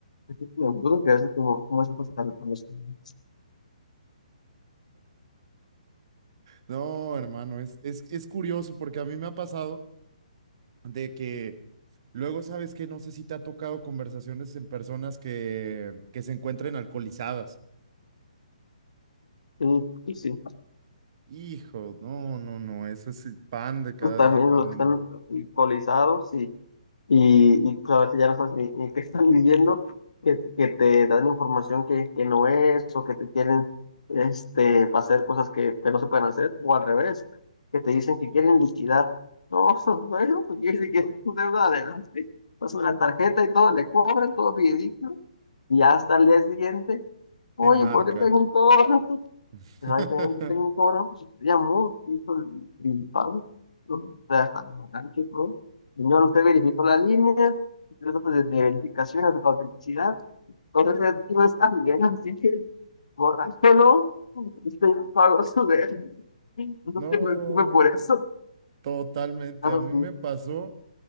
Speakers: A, on the left (about 65°); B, on the right (about 40°).
A: bastante duro que a veces como, como es pasar a los clientes.
B: No, hermano, es, es, es curioso porque a mí me ha pasado de que luego sabes que no sé si te ha tocado conversaciones en personas que, que se encuentren alcoholizadas.
A: Y, y sí,
B: Hijo, no, no, no, eso es el pan de cada
A: pues también
B: día cuando
A: los que están
B: no
A: alcoholizados y y, y pues, a ya no sabes ni- ni qué están viviendo, que, que te dan información que, que no es, o que te quieren este, hacer cosas que, que no se pueden hacer, o al revés, que te dicen que quieren liquidar. No, <laughs> bueno, pues quiere decir que es tu deuda adelante, pasan la tarjeta y todo, le cobran, todo fidedigno, y hasta el día siguiente, oye,
B: te marca.
A: ¿por qué tengo un cobro?
B: <laughs>
A: Exactamente, tengo como una filosofía muy principal. ¿no? O sea, hasta el bastante, ¿no? Señor, usted verificó la línea, incluso pues, desde verificaciones de autenticidad. Entonces, no está bien, así que borráchelo. Usted ya pagó su de No
B: No,
A: se preocupe por eso.
B: totalmente.
A: Caso
B: A mí
A: sí,
B: me pasó